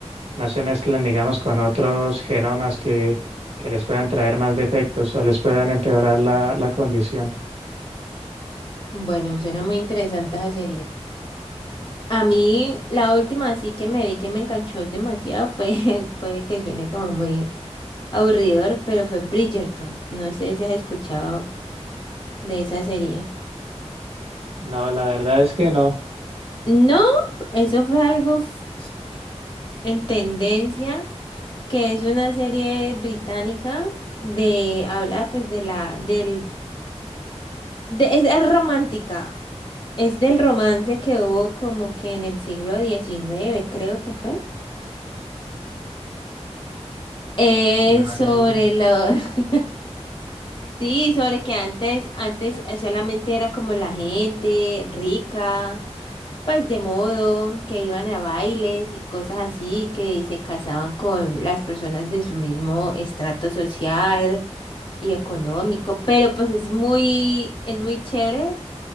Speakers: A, on the right; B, on the left.
A: no se mezclen, digamos, con otros genomas que, que les puedan traer más defectos o les puedan empeorar la, la condición.
B: Bueno, suena muy interesante esa serie. A mí la última así que me vi que me enganchó demasiado fue, <laughs> puede que suene como muy aburridor, pero fue Bridgerton. No sé si has escuchado de esa serie.
A: No, la verdad es que no.
B: No, eso fue algo f- en tendencia, que es una serie británica de, habla pues de la, del, de, es es romántica. Es del romance que hubo como que en el siglo diecinueve creo que fue. Es
A: No,
B: sobre
A: no.
B: lo- <laughs> Sí, sobre que antes, antes eh, solamente era como la gente rica, pues de modo, que iban a bailes y cosas así, que se casaban con las personas de su mismo estrato social y económico, pero pues es muy, es muy chévere.